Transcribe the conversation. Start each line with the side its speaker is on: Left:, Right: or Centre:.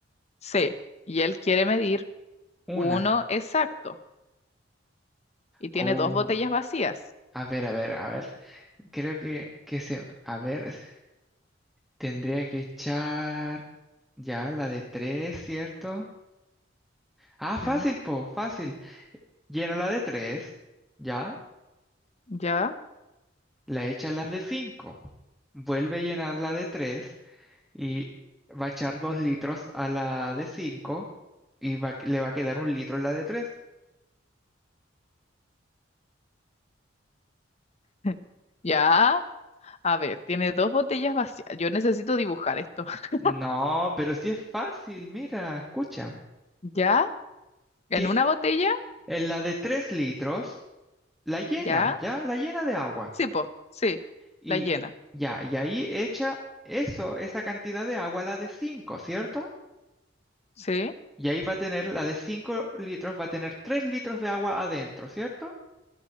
Left: C. Y él quiere medir uno
Centre: Una.
Left: exacto y tiene
Centre: Oh,
Left: dos botellas vacías.
Centre: a ver, a ver, a ver. Creo que, que se. A ver, s- tendría que echar. Ya, la de tres, ¿cierto? Ah, fácil,
Left: Sí.
Centre: po, fácil. Llena la de tres. Ya.
Left: ¿Ya?
Centre: La echa la de cinco. Vuelve a llenar la de tres. y va a echar dos litros a la de cinco y va- le va a quedar un litro en la de tres.
Left: <laughs> Ya. A ver, tiene dos botellas vacías. Yo necesito dibujar esto. <laughs>
Centre: No, pero sí es fácil, mira, escucha.
Left: ¿Ya? ¿En
Centre: Ti-
Left: una botella?
Centre: En la de tres litros, la llena,
Left: ¿Ya?
Centre: ya, la llena de agua.
Left: Sí, po. Sí.
Centre: Y
Left: La llena.
Centre: ya, y ahí echa eso, esa cantidad de agua a la de cinco, ¿cierto?
Left: Sí.
Centre: Y ahí va a tener la de cinco litros, va a tener tres litros de agua adentro, ¿cierto?